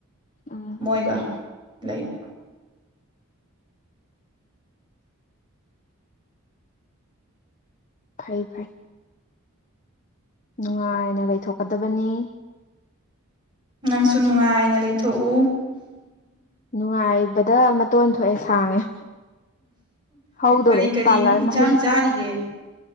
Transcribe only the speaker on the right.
ꯃꯣꯏꯒ ꯂꯩꯕ
ꯅꯪꯁꯨ ꯅꯨꯡꯉꯥꯏꯅ ꯂꯩꯊꯣꯛꯎ
ꯀꯔꯤ ꯀꯔꯤ
ꯏꯟꯁꯥꯡ
ꯆꯥꯔꯤꯒꯦ